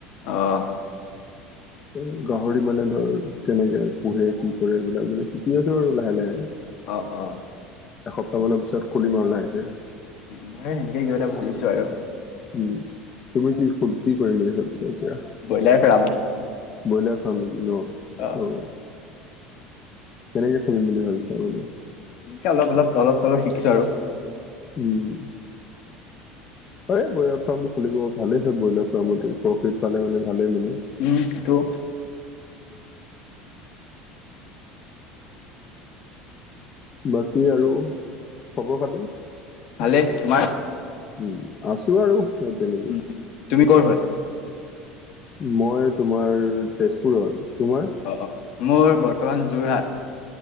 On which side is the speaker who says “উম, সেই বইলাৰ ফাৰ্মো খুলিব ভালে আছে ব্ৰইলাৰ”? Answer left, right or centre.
Left